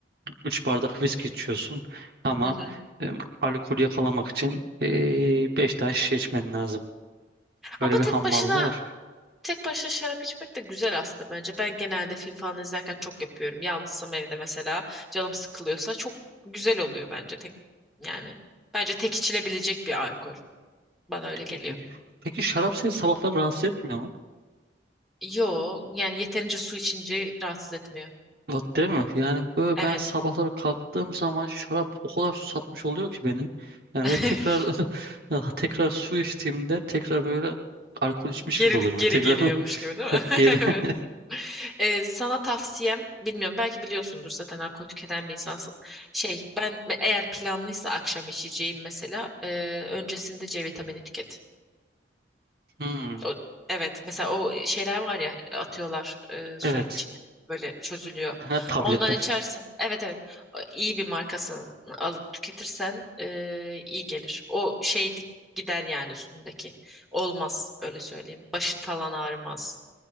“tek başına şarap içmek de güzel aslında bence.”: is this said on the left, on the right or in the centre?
Centre